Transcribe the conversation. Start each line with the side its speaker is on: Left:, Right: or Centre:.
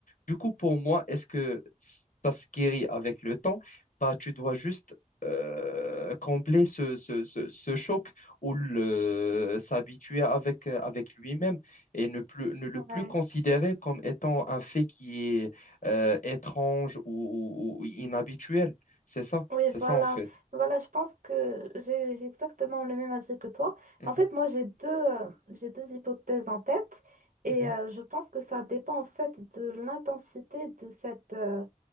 Left: Du coup, pour moi, est-ce que ça se guérit avec le temps? Bah, tu dois juste euh, combler ce, ce, ce, ce choc ou le- s'habituer avec, avec lui-même et ne plus, ne le
Right: Ouais.
Left: plus considérer comme étant un fait qui est euh, étrange ou, ou- ou inhabituel. C'est ça,
Right: Oui,
Left: c'est
Right: voilà.
Left: ça en fait.
Right: Voilà, je pense que j'ai j'ai exactement le même avis que toi.
Left: Mhm,
Right: En fait, moi, j'ai deux, euh, j'ai deux hypothèses en tête et
Left: mhm.
Right: euh, je pense que ça dépend en fait de l'intensité de cette, euh,